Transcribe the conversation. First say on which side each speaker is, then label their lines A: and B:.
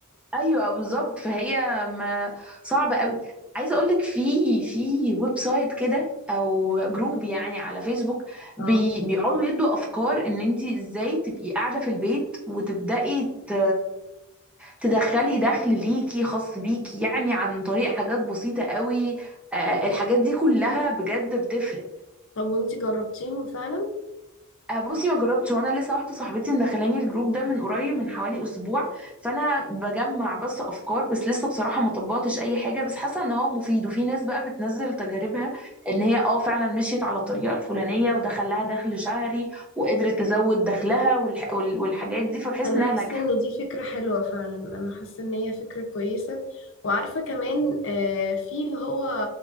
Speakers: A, in the centre; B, on the left.
A: ايوه بالظبط فهي ما صعبه قوي عايزه اقول لك في في ويب سايت كده او جروب يعني على فيسبوك
B: <laughs>
A: بي
B: اه
A: بيقعدوا يدوا افكار ان انت ازاي تبقي قاعده في البيت وتبداي ت... تدخلي دخل ليكي خاص بيكي يعني عن طريق حاجات بسيطه قوي آه، الحاجات دي كلها بجد بتفرق
B: طب وانتي جربتيهم فعلا
A: آه، بصي ما جربتش وانا لسه واحده صاحبتي مدخلاني الجروب ده من قريب من حوالي اسبوع فانا بجمع بس افكار بس لسه بصراحه ما طبقتش اي حاجه بس حاسه ان هو مفيد وفي ناس بقى بتنزل تجاربها ان هي اه فعلا مشيت على الطريقه الفلانيه ودخل لها دخل شهري وقدرت تزود دخلها والح... وال... والحاجات دي فبحس
B: انا
A: انها
B: حاسه
A: ناجحه
B: ان دي فكره حلوه فعلا انا حاسه ان هي فكره كويسه وعارفه كمان آه، في اللي هو